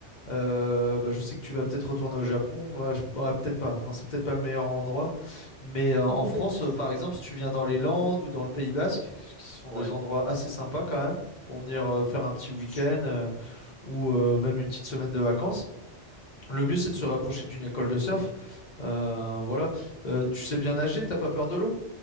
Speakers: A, on the left (about 50°); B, in the centre.
A: euh, bah, je sais que tu vas peut-être retourner au Japon. Bah, je- bah, peut-être pas. Non, c'est peut-être pas le meilleur endroit. Mais euh, en
B: <laughs>
A: France, euh, par exemple, si tu viens dans les Landes ou dans le Pays Basque, qui sont
B: Ouais,
A: des endroits assez sympas quand même, pour venir euh, faire un petit week-end
B: c'est sûr.
A: euh, ou euh, même une petite semaine de vacances, le mieux c'est de se rapprocher d'une école de surf. Euh, voilà. Euh, tu sais bien nager, t'as pas peur de l'eau?